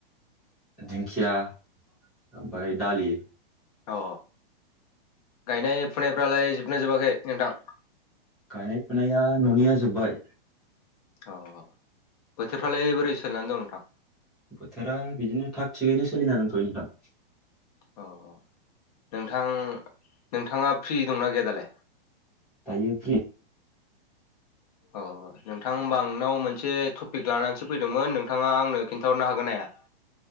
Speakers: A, in the centre; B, on the left.
A: दिंखिया ओमफ्राय दालि
B: अ गायनाय फुनायफ्रालाय जोबनो जोबाखै नोंथां।
A: गायनाय फुनाया न'निया जोब्बाय
B: <inaudible> अ बोथोरफ्रालाय बोरै सोलिनानै दं नोंथां
A: बोथोरा बिदिनो थाग थिगैनो सोलिना दंथ'यो नोंथां।
B: औ औ नोंथां नोंथाङा फ्रि दंना गैया दालाय
A: दायो फ्रि
B: औ नोंथां होनोमबा नोंनाव मोनसे टपिक लानानैसो फैदोंमोन नोंथाङा आंनो खिन्थाहरनो हागोना हाया।